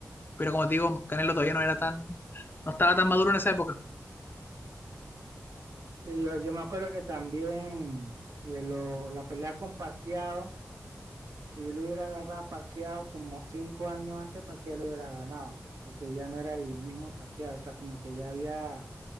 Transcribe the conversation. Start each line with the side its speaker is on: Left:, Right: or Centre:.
Left: Pero como te digo, Canelo todavía no era tan, no estaba tan maduro en esa época.
Right: Sí, yo, yo me acuerdo que también eh, lo- la pelea con Pacquiao, si lo hubiera agarrado a Pacquiao como cinco años antes, Pacquiao lo hubiera ganado, porque ya no era el mismo Pacquiao, o sea, como que ya había